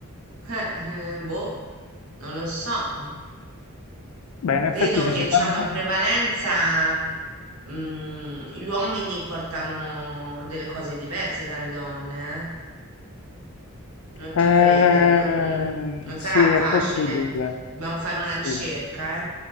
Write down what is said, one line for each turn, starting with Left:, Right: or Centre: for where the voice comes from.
Right: eh, eh, boh, non lo so.
Left: Beh, in effetti
Right: Vedo
Left: se
Right: che,
Left: ci
Right: diciamo,
Left: fanno...
Right: in prevalenza, mm, gli uomini portano delle cose diverse dalle donne, eh. Non ti
Left: Ehm,
Right: credere, no- mm, non
Left: sì,
Right: sarà
Left: è
Right: facile.
Left: possibile.
Right: Dobbiamo fare una
Left: Sì.
Right: ricerca, eh,